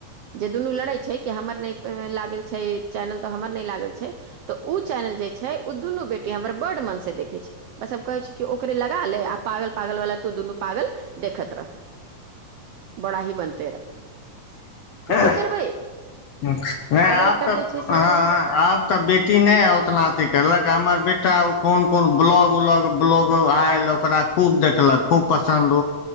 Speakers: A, on the right; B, on the left.
A: जे दुनू लड़ै छै कि हमर नहि लागल छै चैनल तऽ हमर नहि लागल छै तऽ ओ चैनल जाइ छै उ दुनू बेटी हमर बड मन से देखे छै बस सब कहे छै ओकरे ला ले आ पागल पागल वाला तू दुनू प पागल देखत रह
B: <inaudible>
A: बड़ा ही बनते रह तऽ
B: ह ह
A: की करबै
B: <unintelligible> नाइ
A: पागल
B: आब
A: कर
B: तऽ
A: दै छै से
B: हँ
A: तऽ
B: आब तऽ बेटी नहि है ओतना अथी करलक हमर बेटा ओ कोन कोन ब्लॉग उलॉग ब्लॉग आयल ओकरा खूब देखलक खूब पसन्द